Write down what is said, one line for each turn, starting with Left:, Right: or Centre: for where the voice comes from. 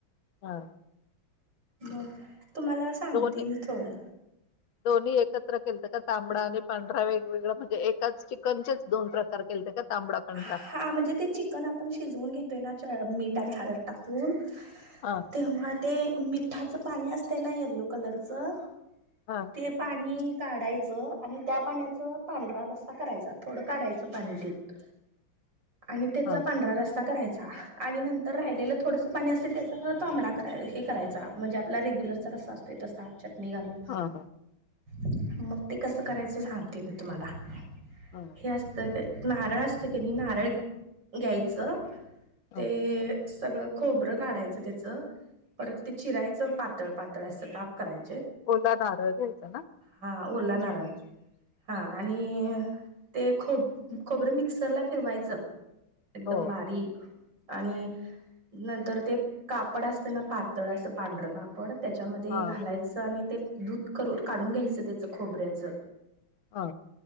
Left: हा
Right: मी तुम्हाला सांगते
Left: दोन्ही
Right: मी थोडं
Left: दोन्ही एकत्र केलत का तांबडा आणि पांढरा वेगवेगळा म्हणजे एकाच चिकनचेच दोन प्रकार केलते का तांबडा पांढरा
Right: हा म्हणजे ते चिकन आपण शिजवून घेतोय ना पाण्यात मीठ आणि हळद टाकून
Left: हा
Right: तेव्हा ते मिठांच पाणी असत ना येल्लो कलरचं
Left: हा
Right: ते ऐ पाणी काढायचं आणि त्या पाण्याचा पांढरा रस्सा करायचा थोडं काढायचं पाणी नीट आणि त्याचा
Left: हा
Right: पांढरा रस्सा करायचा आणि नंतर राहिलेलं थोडस पाणी असेल त्याचा तांबडा हे करायचा म्हणजे आपला रेग्युलर वरचा जसा असतोय तसा चटणी घालून
Left: हा हा
Right: न मग ते कसं करायचं सांगते मी तुम्हाला
Left: हा
Right: हे असत का नारळ असतं कनी नारळ घ्यायचं
Left: हा
Right: ते सगळं खोबरं काढायचं त्याचं परत ते चिरायचं पातळ पातळ असं काप कराय
Left: ओला नारळ घ्यायचा ना
Right: हा ओला नारळ हा आणि ते खोबरं मिक्सरला फिरवायचं एकदम
Left: हो
Right: बारीक आणि नंतर ते कापड असत ना पातळ असं पांढरं कापड त्याच्यामध्ये
Left: हा
Right: घालायचं आणि ते दूध कर काढून घ्यायचं त्याचं खोबऱ्याचं
Left: हा